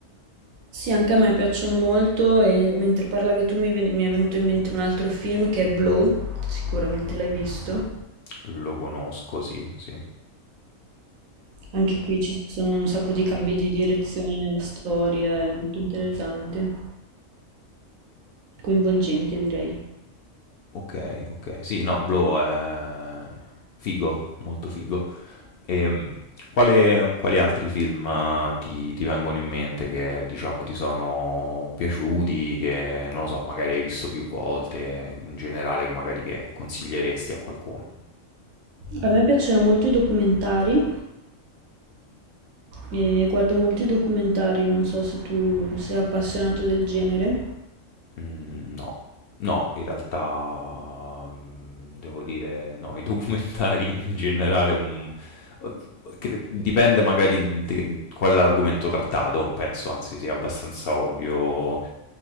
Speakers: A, on the right; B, on the left.
A: Sì, anche a me piacciono molto e mentre parlavi tu mi, ven- mi è venuto in mente un altro film che è Blow, sicuramente l'hai visto.
B: Mm, lo conosco, sì, sì.
A: Anche qui ci sono un sacco di cambi di direzione nella storia, è molto interessante, coinvolgente direi.
B: Ok, ok. Sì, no, Blow è figo, molto figo. E mm, quale- quali altri film eh, ti, ti vengono in mente che, diciamo, ti sono piaciuti, che, non lo so, magari hai visto più volte, in generale, che magari che consiglieresti a qualcuno?
A: A me piacciono molto i documentari e guardo molti documentari, non so se tu sei appassionato del genere.
B: Mhmm, no. No, in realtà, mhmm, devo dire no, i <laughs> documentari in generale, un uhm, cre dipende magari de qual è l'argomento trattato, penso anzi sia abbastanza ovvio,